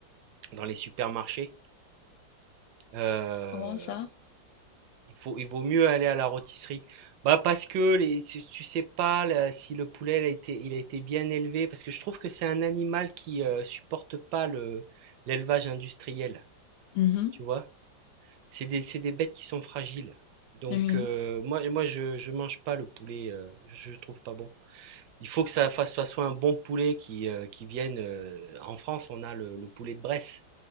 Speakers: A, on the right (about 70°); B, on the left (about 75°).
A: dans les supermarchés. Euh,
B: Comment ça?
A: il faut, il vaut mieux aller à la rôtisserie. Bah parce que les, tu sais pas là, si le poulet il a été, il a été bien élevé, parce que je trouve que c'est un animal qui euh, supporte pas le, l'élevage industriel,
B: Mhm.
A: tu vois. C'est des, c'est des bêtes qui sont fragiles. Donc
B: Oui.
A: euh, moi, moi je, je mange pas le poulet, euh, je, je trouve pas bon. Il faut que ça fasse, ça soit un bon poulet qui, euh, qui vienne. euh, en France, on a le, le poulet de Bresse.